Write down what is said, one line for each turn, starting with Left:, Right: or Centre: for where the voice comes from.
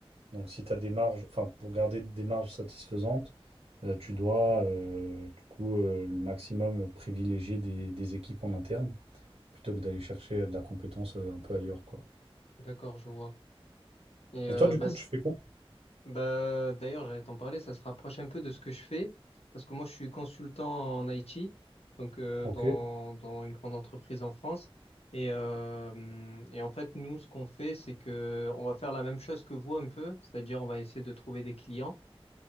Right: Donc, si tu as des marges, enfin, pour garder des marges satisfaisantes, euh, tu dois, euh, du coup, euh, le maximum privilégier des, des équipes en interne plutôt que d'aller chercher de la compétence euh, un peu ailleurs, quoi.
Left: d'accord, je vois. Et
Right: Et
Left: euh,
Right: toi, du
Left: bah,
Right: coup,
Left: c-
Right: tu fais quoi?
Left: Bah, d'ailleurs, j'allais t'en parler, ça se rapproche un peu de ce que je fais, parce que moi, je suis consultant en IT, donc euh,
Right: Ok.
Left: dans, dans une grande entreprise en France. Et, euh, et en fait, nous, ce qu'on fait, c'est que on va faire la même chose que vous un peu, c'est-à-dire on va essayer de trouver des clients